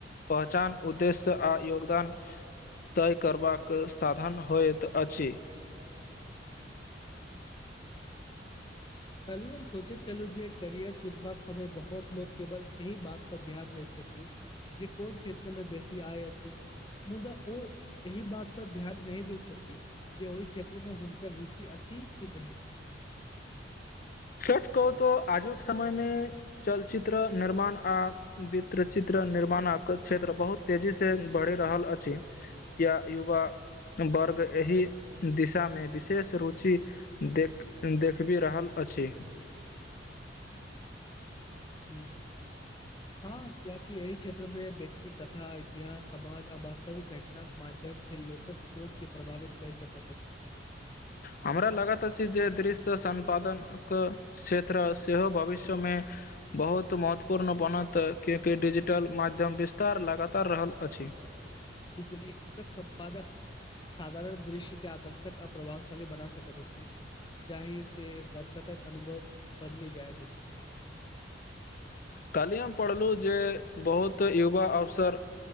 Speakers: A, on the left; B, on the left.
A: पहचान उद्देश्य आ योगदान तय करबाक साधन होइत अछि
B: <inaudible> कलिय हम सोचे चलू जे करियर चुनबाक समय बहुत लोग केवल एहि बात पर ध्यान दे छथि जे कोन क्षेत्रमे बेसी आय अछि मुदा ओ एहि बात पर ध्यान नहि दैत छथिन जे ओहि क्षेत्रमे हुनकर रुचि अ छि कि नहि
A: सच कहू तऽ आजुक समय मे चलचित्र निर्माण आ वित्रचित्र निर्माणक क्षेत्र बहुत तेजी से बढ़ि रहल अछि या युवा वर्ग एहि दिशामे विशेष रुचि देख देखबी रहल अछि
B: ह्म हँ कियाकि अहि क्षेत्र मे व्यक्ति कथा इतिहास समाज आ वास्तविक घटनाक मान माध्यम से लोकक सोच के प्रभावित कर सकैत अछि
A: हमरा लागत अछि जे दृश्य संम्पादनक क्षेत्र सेहो भविष्य मे बहुत महत्वपूर्ण बनत किएकि डिजिटल माध्यम विस्तार लगातार रहल अछि
B: बिलकुल एक कसक सम्पादक साधारण दृश्य के आकर्षक आ प्रभावशाली बना सकैत अछि जाहिी से दर्शकक अनुभव बदली जाये त
A: कहलियै हम पढ़लहुँ जे बहुत युवा अवसर